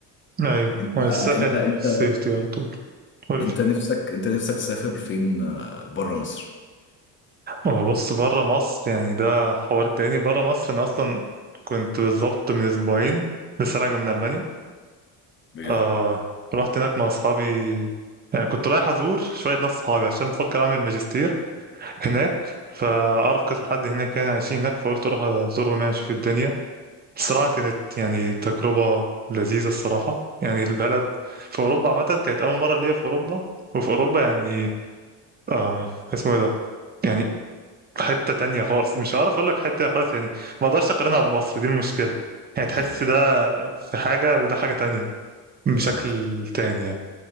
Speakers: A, on the right (about 25°); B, on the left (about 30°).
A: ايوه
B: انت
A: والساحل
B: انت انت
A: سيفتي على طول قول
B: انت
A: لي
B: نفسك انت نفسك تسافر فين بره مصر
A: هو بص بره مصر يعني ده حوار تاني بره مصر انا اصلا كنت بالظبط من اسبوعين لسه راجع من المانيا
B: بجد
A: آه رحت هناك مع اصحابي يعني كنت رايح ازور شويه ناس صحابي عشان بفكر اعمل ماجستير هناك فأعرف كذا حد هناك يعني عايشين هناك فقلت أروح أزورهم يعني أشوف الدنيا الصراحة كانت يعني تجربة لذيذة الصراحة يعني البلد في أوروبا عامة كانت أول مرة ليا في أوروبا وفي أوروبا يعني أم اسمه إيه ده يعني حتة تانية خالص مش هعرف أقول لك حتة خالص يعني ما أقدرش أقارنها بمصر دي المشكلة يعني تحس
B: ايوه
A: ده في حاجة وده حاجة تانية بشكل
B: فاهم
A: تاني يعني.